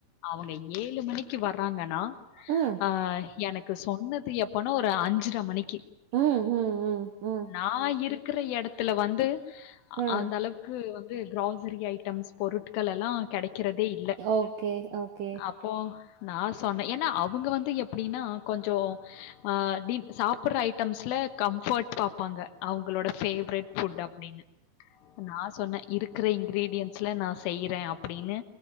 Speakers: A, on the left (about 80°); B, on the right (about 80°).
A: அவங்க ஏழு மணிக்கு வர்றாங்கன்னா
B: ம்.
A: ஆ எனக்கு சொன்னது எப்பனா ஒரு அஞ்சரை மணிக்கி
B: ம் ம் ம்
A: நா இருக்கிற எடத்துல வந்து
B: ம்
A: அந்த அளவுக்கு வந்து கிராஸ் ஸிரி ஐட்டம்ஸ் பொருட்கள் எல்லா கெடைக்கிறதே இல்ல
B: ஓகே ஓகே
A: அப்போ நா சொன்னே ஏன்னா அவங்க வந்து எப்டின்னா கொஞ்சோ ஆ டீப் சாப் பிட்ற ஐட்டம்ஸ்ல கம்ஃபர்ட் பாப்பாங்க அவங்களோட பேவரட் ஃபுட் அப்டின்னு நா சொன்னே இருக்கிற இன்கிரீடியன்சுல நா செய்யறே அப்டின்னு